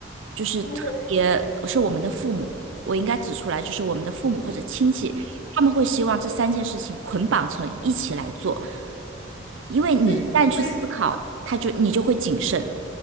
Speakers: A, on the right; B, on the left.
A: 就是特别是我们的父母，
B: 对，
A: 我应该指出来，就是我们的父母或者亲戚，他们会希望这三件事情捆绑成一起来做，因为你一旦去思考，
B: 这就是为
A: 他就你就会谨慎，